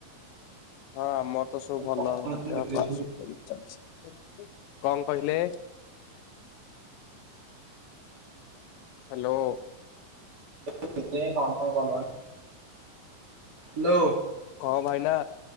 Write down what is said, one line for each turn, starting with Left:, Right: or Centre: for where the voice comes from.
Left: ହଁ ଆମର ତ ସବୁ ଭଲ
Right: କଣ କଣ କଲଣି?
Left: ଦେହପା
Right: ହ୍ୟାଲୋ।
Left: ସବୁ ଏମତି ଚାଲିଚି। କଣ କହିଲେ? ହ୍ୟାଲୋ।
Right: <unintelligible> କଣ <unintelligible> କଲଣି। ହ୍ୟାଲୋ।
Left: କଣ ଭାଇନା?